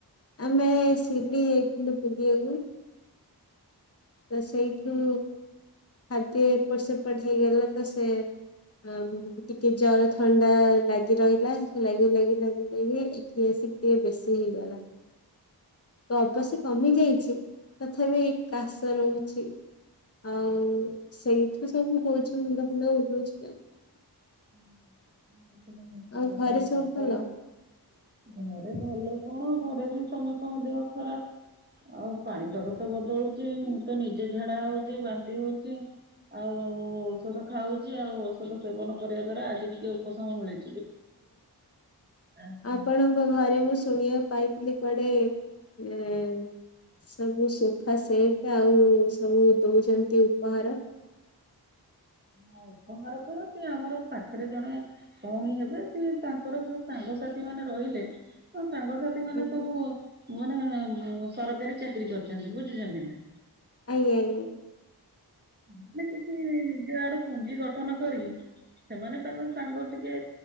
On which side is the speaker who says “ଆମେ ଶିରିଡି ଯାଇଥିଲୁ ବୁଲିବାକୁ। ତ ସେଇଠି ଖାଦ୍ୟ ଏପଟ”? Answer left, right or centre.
Left